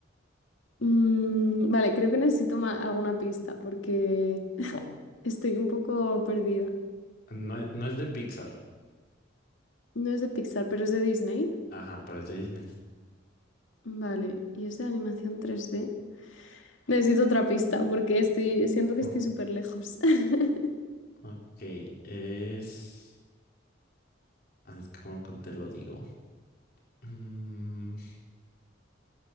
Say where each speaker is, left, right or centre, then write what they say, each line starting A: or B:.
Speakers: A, on the left; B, on the left.
A: Mm, vale, creo que necesito ma- alguna pista porque estoy un poco perdida.
B: No, e- no es de Pixar,
A: No es de Pixar, pero es de Disney.
B: Ajá, pero es de Disney.
A: Vale, y es de animación tres d Necesito otra pista porque estoy, siento que
B: Ujú,
A: estoy súper lejos. <laughs>
B: Ok, es... ah, Es que como que te lo digo. Mm,